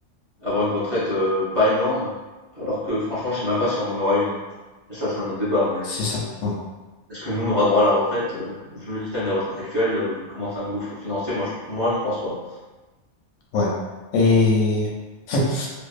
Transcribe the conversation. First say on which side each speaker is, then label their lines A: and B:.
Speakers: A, on the right (about 30°); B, on the left (about 75°).
A: Avoir une retraite, heu, pas énorme, alors que franchement, je sais même pas si on en aura une. Mais ça, c'est un autre débat, mais
B: c'est ça. Ouais.
A: est-ce que nous, on aura droit à la retraite? Heu, vu le système des retraites actuel, heu, vu comment c'est un gouffre financier, moi je moi je pense pas.
B: ouais. Et <laughs>